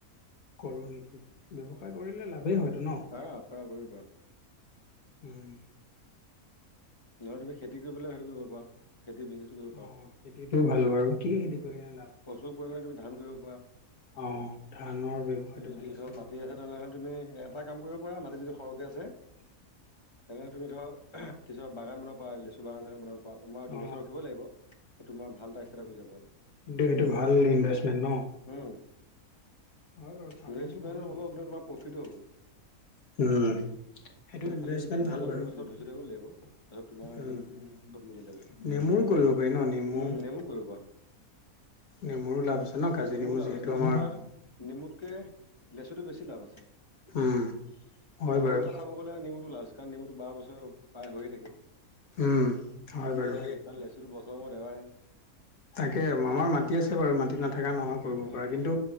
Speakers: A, on the left (about 70°); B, on the left (about 20°).
A: কৰোঁ নেকি ব্যৱসায়? কৰিলে লাভেই হয়তো, নহয়?
B: পাৰা পাৰা কৰিব পাৰা
A: উম',
B: নহ'লে তুমি খেতি কৰি পেলাই সেইটো কৰিব পাৰা খেতি বিজনেছো কৰিব পাৰা
A: অ', খেতিটো ভাল বাৰু। কি কি খেতি কৰে এয়া?
B: প্ৰচুৰ, পৰিমাণে তুমি ধান কৰিব পাৰা।
A: অ ধানৰ ব্যৱসায়টো
B: যদি
A: ভাল আছে
B: ধৰ, মাটি আছে, তেনেহ'লে তুমি এটা কাম কৰিব পাৰা। মাটি যদি সৰহকৈ আছে। <unintelligible>
A: <inaudible>
B: তেনেহ'লে তুমি ধৰক কিছুমান বাগানৰ পা, লেচু বাগান চাগানবোৰৰ পা তোমাৰ
A: অ
B: দুবছৰ ৰখিব লাগিব তোমাৰ ভাল এটা <unintelligible> হৈ যাব আৰু।
A: এইটো ভাল ইনভেষ্টমেণ্ট ন।
B: উম
A: হয় বাৰু ফাৰ্মিং
B: ইনভেষ্টমেণ্টো
A: টো ভাল ইনভেষ্টমেণ্ট,
B: হ'ব কিন্তু তোমাৰ প্ৰফিটো হ'ব
A: উম'। সেইটোত
B: তুমি
A: ইনভেষ্টমেণ্ট
B: খালি দুবছৰ
A: ভাল বাৰু
B: তিনিবছৰ
A: অ',
B: ধৈৰ্য ধৰিব লাগিব তাৰপিছত তোমাৰ একদম
A: উ,
B: চব মিলি যাব
A: নেমু <unintelligible> কৰিব পাৰি ন নেমু
B: উম কৰিব
A: নেমুৰো লাভ আছে ন
B: পাৰা
A: কাজি
B: নেমুও
A: নেমু
B: লাভ
A: যিহেতু
B: আছে কিন্তু
A: আমাৰ
B: তোমাৰ নেমুতকে লেচুটো বেছি লাভ আছে
A: উম হয়
B: আৰু
A: বাৰু
B: তাত ক'ব গলে নেমুটো লাজ কাৰণ নমুটো বাৰ বছৰ প্ৰায় হৈয়ে থাকে।
A: উম, হয়
B: বিকি
A: বাৰু
B: যায়েই কাৰণ লেচুটো বছৰৰ মূৰত এবাৰহে
A: তাকে মামাৰ মাটি আছে আছে বাৰু মাটি নাথকা নহয় কৰিব
B: উম
A: পৰা কিন্তু,